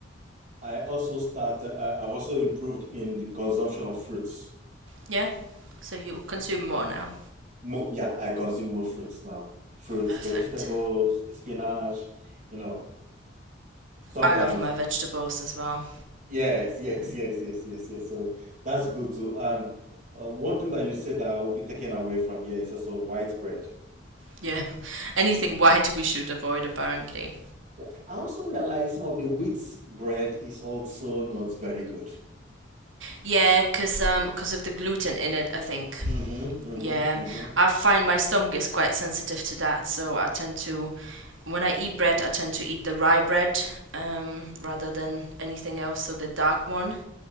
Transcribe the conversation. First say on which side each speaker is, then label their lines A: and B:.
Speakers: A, on the right (about 40°); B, on the right (about 85°).
A: I also started. I, I've also improved in the consumption of fruits.
B: Yeah? So you consume more now.
A: Mo yeah, I consume more fruits now. Fruits,
B: Perfect.
A: vegetables, spinach. You know, sometimes.
B: I love my vegetables as well.
A: Yes, yes, yes, yes, yes, yes. So that's good too. And um, one thing that you said that I will be taken away from here is also white bread.
B: Yeah. <laughs> Anything white we should avoid, apparently.
A: Yeah. I also realize some of the wheat bread is also not very good.
B: Yeah, 'cause um 'cause of the gluten in it, I think.
A: Mm-hmm, mm-hmm,
B: Yeah,
A: mm-hmm.
B: I find my stomach is quite sensitive to that, so I tend to, when I eat bread, I tend to eat the rye bread um, rather than anything else, so the dark one.